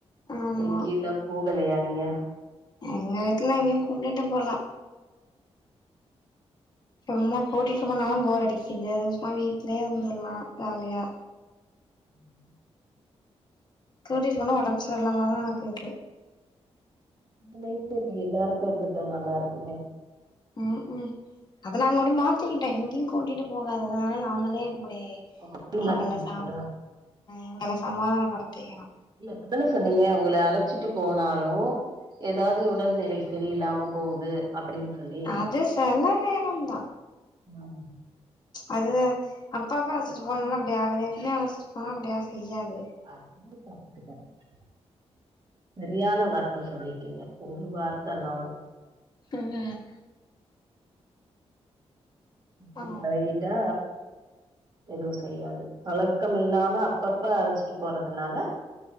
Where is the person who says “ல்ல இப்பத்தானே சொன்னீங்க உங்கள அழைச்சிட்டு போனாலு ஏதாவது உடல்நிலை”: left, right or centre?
Right